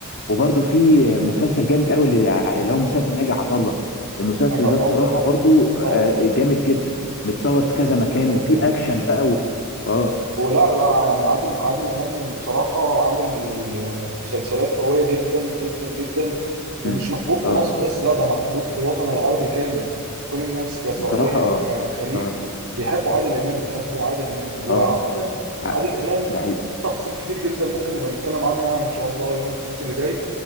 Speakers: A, on the left; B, on the right.
A: وبرده في مسلسل جامد قوي اللي اللي هو مسلسل ناجي عطا الله المسلسل
B: ناجي عطا
A: ده بصراحة
B: الله طبعا
A: برده آه،
B: طبعا
A: جامد جدا متصور
B: جامد
A: في كذا مكان
B: جدا
A: وفي اكشن بقى و... اه
B: ولا لا يعني عادل عادل إمام بصراحة عامل آه، مسلسلات قوية جدا جدا جدا ومش
A: مم.
B: محبوب في
A: اه
B: مصر بس لا ده محبوب في الوطن العربي كامل كل الناس كسعودية
A: بصراحة اه
B: كخليج
A: اه
B: بيحبوا عادل إمام بيحبوا عادل إمام وعامة
A: اه ع-
B: عادل إمام
A: ده حقيقي
B: في تفاصيل كتير جدا ممكن نبقى نتكلم عنها إن شاء الله يوم الخميس اللي جاي